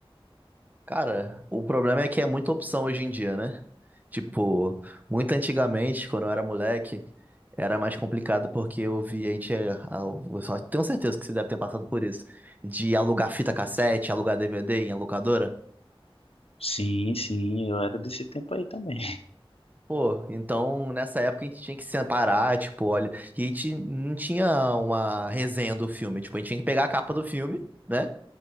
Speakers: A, on the right; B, on the left.
A: Cara, o problema é que é muita opção hoje em dia, né? Tipo, muito antigamente, quando eu era moleque, era mais complicado porque eu via a gente, é, a- eu só tenho certeza que você deve ter passado por isso, de alugar fita cassete, alugar DVD em locadora.
B: Sim, sim, eu era desse tempo aí também.
A: Pô, então nessa época a gente tinha que separar, tipo, olha, e a gente não tinha uma resenha do filme, tipo, a gente tinha que pegar a capa do filme, né?